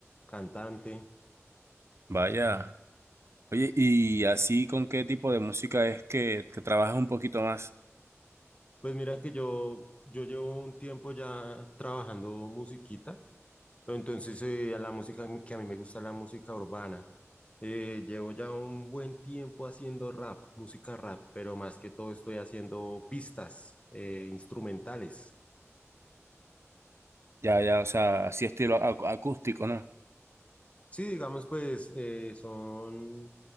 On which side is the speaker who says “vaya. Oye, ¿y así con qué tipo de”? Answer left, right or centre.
Right